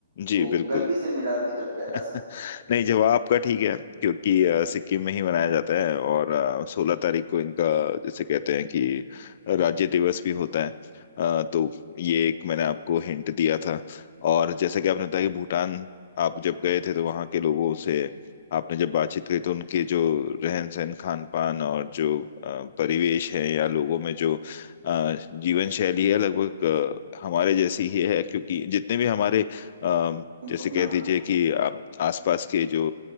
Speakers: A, on the left; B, on the right.
A: जी
B: वो
A: बिल्कुल
B: गलती से मेरा निकल गया
A: <laughs>
B: असम
A: नहीं जवाब आपका ठीक है क्योंकि अ, सिक्किम में ही मनाया जाता है और सोलह तारीख को इनका जैसे कहते हैं कि राज्य दिवस भी होता है अ, तो ये एक मैंने आपको हिंट दिया था और जैसा कि आपने बताया कि भूटान आप जब गए थे तो वहाँ के लोगों से आपने जब बातचीत की तो उनके जो रहन सहन खान पान और जो अ, परिवेश है या लोगों में जो अ, जीवन शैली है लगभग अ, हमारे जैसी ही है क्योंकि जितने भी हमारे अम,
B: हम
A: जैसे
B: अपना
A: कह दीजिए कि आ- आसपास के जो